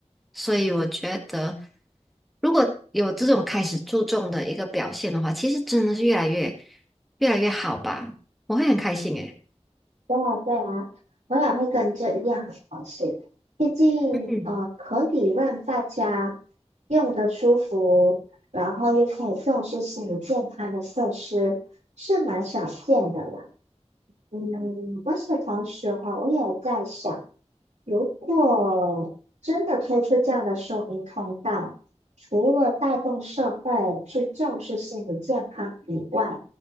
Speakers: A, in the centre; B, on the right.
A: 所以我觉得，如果有这种开始注重的一个表现的话，其实真的是越来越越来越好吧。我会很开心诶。
B: 对啊，对啊，我也会跟这一样很高兴。毕竟，
A: 嗯。
B: 呃，可以让大家用的舒服，然后又可以重视心理健康的设施，是蛮少见的啦。嗯，我是同时哈，我也在想。如果真的推出这样的收银通道，除了带动社会去重视心理健康以外，